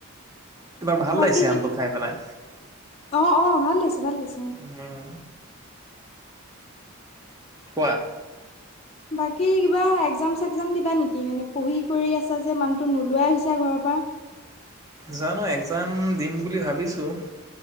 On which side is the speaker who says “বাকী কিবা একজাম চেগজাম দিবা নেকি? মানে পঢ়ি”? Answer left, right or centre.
Left